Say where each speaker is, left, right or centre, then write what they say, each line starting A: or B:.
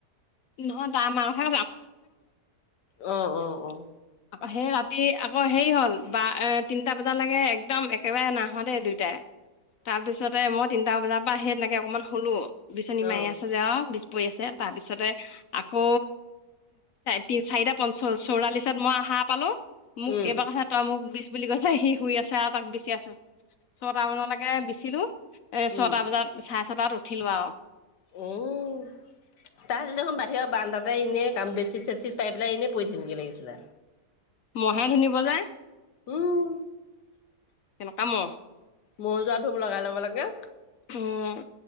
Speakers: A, on the left (about 65°); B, on the left (about 85°).
A: নহয় তাৰ মা হে
B: অ', অ', অ',
A: সেই ৰাতি আকৌ হেৰি হল বা, তিনিটা বজালৈকে একদম একেবাৰে নাই শুৱা দেই দুইটাই। তাৰপিছতে মই তিনটা বজাৰ পৰা সেই তেনেকে অকণমান শুলো বিচনী মাৰি
B: অ
A: আছে যে আৰু পৰি আছে তাৰপিছতে আকৌ তি চাৰিটা প চৌৰাশি তাৰপিছত মই শাৰ পালোঁ, মোক
B: উম
A: এইবাৰ কথা তই মোক বীছ বুলি কৈছে, সি শুই আছে আৰু তাক বিচি আছোঁ। ছয়টামানলৈকে বিচিলো এ ছয়টা
B: উম
A: বজাত চাৰে ছটাত উঠিলো আৰু।
B: উম,
A: <inaudible>
B: তাহাঁতি দেখোন বাহিৰৰ বাৰাণ্ডাতে এনেই বেডশ্বীট চেটশ্বীট পাৰি পেলাই এনেই পৰি থাকিব গে লাগিছিলে।
A: মহে ধুনিব যে।
B: উম,
A: কেনেকুৱা মহ।
B: মহ যোৱা ধূপ লগাই ল'ব লাগে।
A: উম,